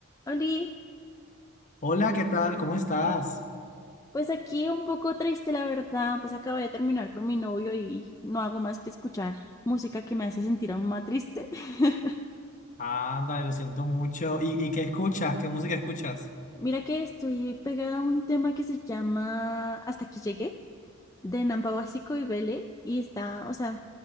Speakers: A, on the left (about 15°); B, on the left (about 35°).
A: Oli,
B: Hola, ¿qué tal? ¿Cómo estás?
A: pues aquí un poco triste, la verdad, pues acabo de terminar con mi novio y no hago más que escuchar música que me hace sentir aún más triste. <laughs>
B: Anda, lo siento mucho. ¿Y, y qué escuchas? ¿Qué música escuchas?
A: Mira que estoy pegada a un tema que se llama Hasta aquí llegué, de Nampa Básico y Vele, y está, o sea,